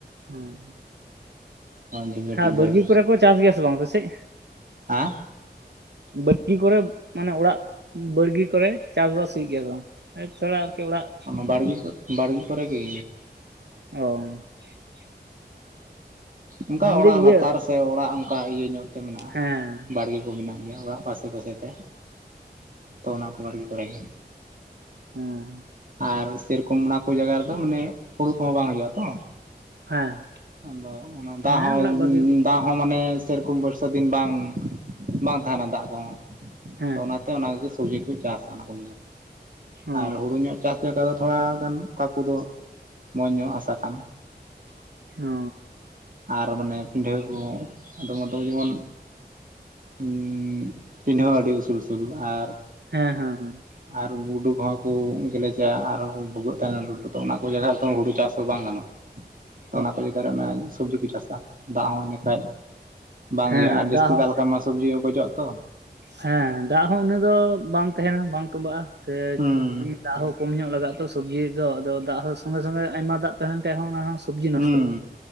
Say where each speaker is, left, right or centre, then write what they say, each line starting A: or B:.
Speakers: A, on the right; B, on the right.
A: ᱚᱸ
B: ᱡᱷᱤᱸᱜᱟᱹ ᱴᱤᱸᱜᱟᱹ
A: ᱟ ᱵᱟᱹᱲᱜᱤ ᱠᱚᱨᱮ ᱠᱚ ᱪᱟᱥ ᱜᱮᱭᱟ ᱥᱮ ᱵᱟᱝ ᱟᱯᱮ ᱥᱮᱫ᱾
B: ᱦᱮᱸ
A: ᱵᱟᱲᱜᱤ ᱠᱚᱨᱮ ᱢᱟᱱᱮ ᱚᱲᱟᱜ ᱵᱟᱲᱜᱤ ᱠᱚᱨᱮ ᱪᱟᱥᱵᱟᱥ᱾ ᱴᱷᱤᱠ ᱜᱮᱭᱟ ᱥᱮ ᱵᱟᱝ ᱛᱷᱚᱲᱟ ᱟᱨᱠᱤ ᱚᱲᱟᱜ᱾
B: ᱵᱟᱲᱜᱤ ᱠᱚᱨᱮ᱾ ᱵᱟᱲᱜᱮ ᱠᱚᱨᱮ ᱜᱮ᱾
A: ᱚ
B: ᱚᱱᱠᱟ
A: ᱢᱮᱱᱫᱟᱹᱧ
B: ᱚᱲᱟᱜ
A: ᱤᱭᱟᱹ
B: ᱞᱟᱛᱟᱨ ᱥᱮ ᱚᱲᱟᱜ ᱚᱱᱠᱟ ᱤᱭᱟᱹ ᱧᱚᱜ ᱛᱮ ᱢᱮᱱᱟᱜᱼᱟ
A: ᱦᱮᱸ
B: ᱵᱟᱲᱜᱤ᱾ ᱠᱚ ᱢᱮᱱᱟᱜ ᱜᱮᱭᱟ ᱚᱲᱟᱜ ᱟᱥᱮ ᱯᱟᱥᱮ ᱛᱮ ᱛᱚ ᱚᱱᱟ ᱠᱚ ᱵᱟᱲᱜᱮ ᱠᱚᱨᱮ ᱜᱮ᱾
A: ᱦᱮᱸ
B: ᱟᱨ ᱥᱮᱨᱚᱠᱚᱢ ᱚᱱᱟ ᱠᱚ ᱡᱟᱭᱜᱟ ᱨᱮᱫᱚ ᱢᱟᱱᱮ ᱦᱩᱲᱩ ᱠᱚᱦᱚᱸ ᱵᱟᱝ ᱦᱩᱭᱩᱜᱼᱟ ᱛᱚ᱾
A: ᱦᱮᱸ
B: ᱟᱫᱚ ᱚᱱᱟ
A: ᱦᱮᱸ
B: ᱫᱟᱜ ᱦᱚᱸ
A: ᱚᱲᱟᱜ ᱵᱟᱲᱜᱮ
B: ᱫᱟᱜ᱾ ᱦᱚᱸ ᱢᱟᱱᱮ ᱥᱮᱨᱚᱠᱚᱢ ᱵᱚᱨᱥᱟ ᱫᱤᱱ ᱵᱟᱝ ᱵᱟᱝ ᱛᱟᱦᱮᱱᱟ ᱫᱟᱜ ᱠᱚᱦᱚᱸ
A: ᱦᱮᱸ
B: ᱛᱚ ᱚᱱᱟ᱾ ᱚᱱᱟ ᱠᱚᱛᱮ ᱥᱚᱵᱡᱤ ᱠᱚ ᱪᱟᱥᱼᱟ ᱚᱱᱟ ᱠᱚ
A: ᱚ
B: ᱟᱨ ᱦᱩᱲᱩ ᱧᱚᱜ ᱪᱟᱥ ᱞᱮᱠᱟ ᱫᱚ᱾ ᱛᱷᱚᱲᱟᱜᱟᱱ ᱚᱠᱟ ᱠᱚᱫᱚ ᱢᱚᱡᱽ ᱧᱚᱜ ᱦᱟᱥᱟ ᱠᱟᱱ᱾
A: <unintelligible>
B: ᱟᱨ ᱢᱟᱱᱮ ᱯᱤᱰᱷᱟᱹ ᱠᱚ ᱟᱫᱚᱢ ᱟᱫᱚᱢ ᱡᱮᱢᱚᱱ᱾ ᱦᱩᱸ ᱯᱤᱰᱷᱟᱹ ᱦᱚᱸ ᱟᱹᱰᱤ ᱩᱥᱩᱞᱼ ᱩᱥᱩᱞ ᱟᱨ᱾
A: ᱦᱮᱸ ᱦᱮᱸ ᱦᱮᱸ
B: ᱟᱨ ᱜᱩᱰᱩ ᱠᱚᱦᱚᱸ ᱠᱚ ᱜᱮᱞᱮᱡᱟ ᱟᱨᱦᱚᱸ ᱠᱚ ᱵᱷᱩᱜᱟᱹᱜ ᱛᱟᱦᱮᱱᱟ ᱞᱟᱹᱴᱩ ᱛᱚ ᱚᱱᱟ ᱠᱚ ᱡᱟᱭᱜᱟ ᱨᱮᱫᱚ ᱦᱩᱲᱩ ᱪᱟᱥ ᱫᱚ ᱵᱟᱝ ᱜᱟᱱᱚᱜᱼᱟ᱾
A: <unintelligible>
B: ᱛᱚ ᱚᱱᱟ ᱠᱚ ᱡᱟᱭᱜᱟᱮ ᱥᱚᱵᱡᱤ ᱠᱚ ᱪᱟᱥᱟ ᱫᱟᱜ ᱦᱚᱸ᱾ ᱵᱟᱠᱷᱟᱡ ᱵᱟᱝ
A: ᱦᱮᱸ
B: ᱭᱟ
A: ᱦᱮᱸ
B: ᱟᱨ ᱡᱟᱹᱥᱛᱤ
A: ᱦᱚᱸ
B: ᱫᱟᱜ ᱞᱮᱠᱟ ᱢᱟ ᱥᱚᱵᱽᱡᱤ ᱦᱚᱸᱠᱚᱪᱚᱜᱼᱟ ᱛᱚ᱾
A: ᱦᱮᱸ ᱫᱟᱜ ᱦᱚᱸ ᱩᱱᱤ ᱫᱚ ᱵᱟᱝ ᱛᱟᱦᱮᱱᱟ ᱵᱟᱝ ᱛᱚᱵᱟᱜᱼᱟ ᱥᱮ᱾
B: ᱦᱩᱸ
A: ᱫᱟᱜᱽ ᱦᱚᱸ ᱠᱚᱢ ᱧᱚᱜ ᱞᱟᱜᱼᱟ ᱛᱚ ᱥᱚᱵᱽᱡᱤ ᱫᱚ ᱟᱫᱚ ᱫᱟᱜᱽ ᱦᱚᱸ ᱥᱚᱸᱜᱮ ᱥᱚᱸᱜᱮ ᱟᱭᱢᱟ ᱫᱟᱜᱽ ᱛᱟᱦᱮᱸ ᱞᱮᱱ ᱠᱷᱟᱭ ᱦᱚᱸ ᱚᱱᱟᱦᱚᱸ ᱥᱚᱵᱽᱡᱤ ᱱᱚᱥᱴᱚᱜᱼᱟ᱾
B: ᱦᱩᱸ